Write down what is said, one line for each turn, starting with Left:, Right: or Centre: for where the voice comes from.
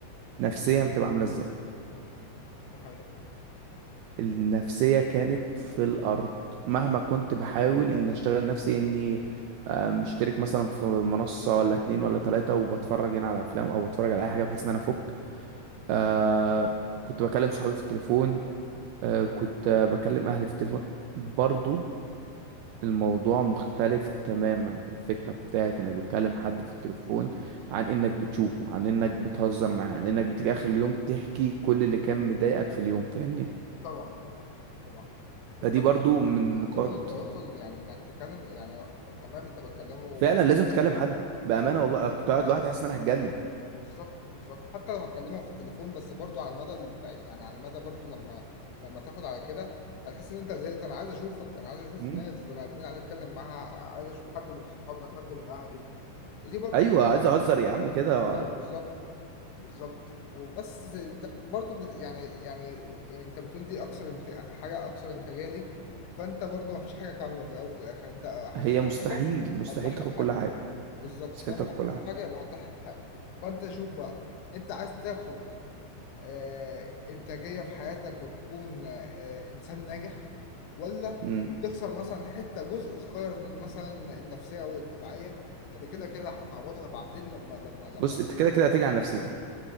Right: نفسيا بتبقى عامله ازاي
Left: ده حقيقي
Right: النفسية كانت في الأرض مهما كنت بحاول إن أشتغل نفسي إني آه، مشترك مثلا في منصة ولا اتنين ولا تلاتة وبتفرج هنا على أفلام أو بتفرج على أي حاجة بحيث إن أنا أفك آه كنت بكلم صحابي في التليفون آه كنت آه، بكلم أهلي في التليفون برضو الموضوع مختلف تماما الفكرة بتاعت إنك بتكلم حد في التليفون عن إنك بتشوفه عن إنك بتهزر معاه عن إنك بتيجي آخر اليوم تحكي كل اللي كان مضايقك في اليوم فاهمني
Left: طبعا طبعا طبعا التواصل
Right: فدي برضو من
Left: يعني عموما
Right: نقاط
Left: التواصل يعني انك تتكلم يعني تمام انت بتكلمه
Right: فعلا لازم تكلم حد بامانه
Left: ممكن
Right: والله
Left: تبقى-
Right: أنا كنت قاعد
Left: اه
Right: لوحدي حاسس ان انا هتجنن
Left: بالظبط بالظبط حتى لو هتكلمه في التليفون بس برضو على المدى ال- يعني على المدى برضو لما لما تاخد على كده هتحس ان انت زهقت انا عايز اشوفك انا عايز اشوف
Right: مم.
Left: ناس بني ادمين عايز اتكلم معاها عايز اشوف حد من صحابي حد من اهلي ودي برضو
Right: ايوه عايز اهزر
Left: يعني
Right: يا عم كده
Left: اه
Right: و-
Left: بالظبط بالظبط وبس انت برضو بت- يعني يعني انت بتقول دي اكثر انت حاجه اكثر انتاجيه ليك فانت برضو ما فيش حاجه كامله في الاول وفي الاخر انت هتاخد
Right: فهي مستحيل
Left: حاجه
Right: مستحيل
Left: هتضحي
Right: تاخد
Left: بحاجه
Right: كل حاجه
Left: بالظبط
Right: مستحيل
Left: طالما
Right: تاخد كل
Left: هتاخد
Right: حاجه
Left: حاجه يبقى هتضحي بحاجه فانت شوف بقى انت عايز تاخد آه، انتاجيه في حياتك وتكون آه، انسان ناجح ولا
Right: مم.
Left: بتخسر مثلا حته جزء صغير من مثلا النفسيه او الاجتماعيه اللي كده كده هتعوضها بعدين لما لما لما
Right: بص
Left: تحصد
Right: انت كده كده هتيجي على نفسيتك